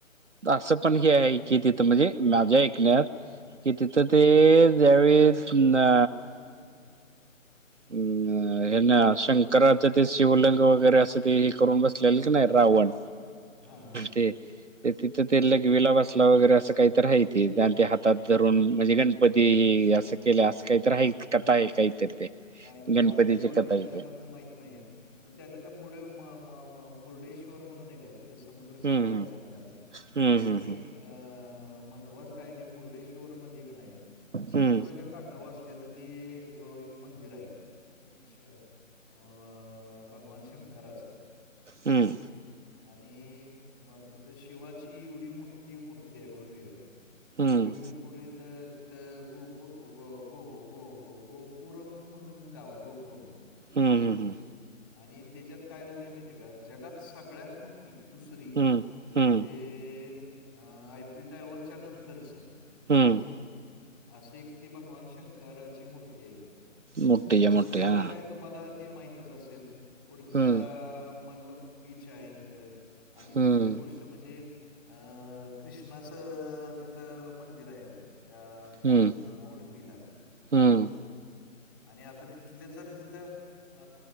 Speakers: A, on the right (about 60°); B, on the left (about 15°).
A: असं पण हे आहे की तिथं, म्हणजे माझ्या ऐकण्यात कि तिथं ते ज्यावेळेस ना हम! हे ना शंकराच ते शिवलिंग वगैरे असे, ते हे करून बसलेलं
B: बरं.
A: की नाही रावण
B: हां, हां.
A: ते तिथं ते लग विला बसला वगैरे असं काही तर आहे, ते ते हातात धरून म्हणजे गणपती असं केले असं काहीत ह कथाय काहीतर ते.
B: काय ते
A: गणपतीची
B: आपल्याला एवढं
A: कथा
B: ते त्यातल्यामधलं
A: आहे
B: माहीत नाहीय. म त्यानंतर म म -मुर्डेश्वर म्हणून हे आहे. तिथे समुद्रकिनारा
A: हम्म
B: आहे चांगला
A: हम्म
B: आणि
A: हम्म
B: अ महत्त्वाच कायदे मुर्डेश्वर मध्ये एक नाही, समुद्राच्या
A: हम्म
B: काठर वस्ल्याला ते एक मंदिर आहे. अच्छा! अ भगवान शंकराचं,
A: हमं!
B: आणि म तिथं शिवाची एवढी मोठी मूर्ती आहे भव्य
A: हम्म
B: भव्य गोपूर इथं तिथं गोपूर गो -गो -गो पुरम म्हणून गाव आहे घोपुरम.
A: हम, हम, हं.
B: आणि त्याच्यात काय झाले माहिती आहे का, जगात सगळ्यात मोठी दुसरी
A: हम्म हम्म
B: म्हणजे ते आयपील टायवरवरच्या नंतरच
A: हम्म!
B: असे एक ती भगवान शंकराची मूर्ती आहे तिथं.
A: मोठीच्या
B: आणि उडपीला
A: मोठी हा
B: काय तुमला ते माहितच असेल, उडपीला
A: हम्म
B: मल्लब बीच आहे तिथं. आणि
A: हम्म
B: दुसरी गोष्ट म्हणजे, अ कृष्णाचं तिथं मंदिर आहे त्या
A: हम्म
B: अ उडपिला.
A: हम्म
B: आणि आता तिथले जर तिथं अ